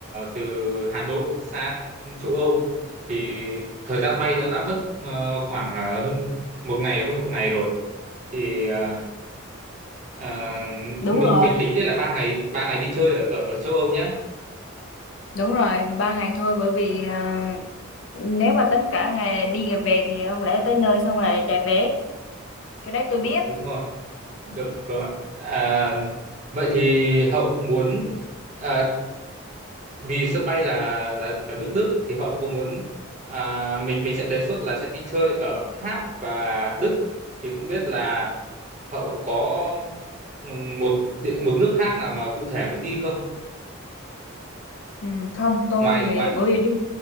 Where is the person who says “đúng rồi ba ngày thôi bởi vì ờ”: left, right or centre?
Left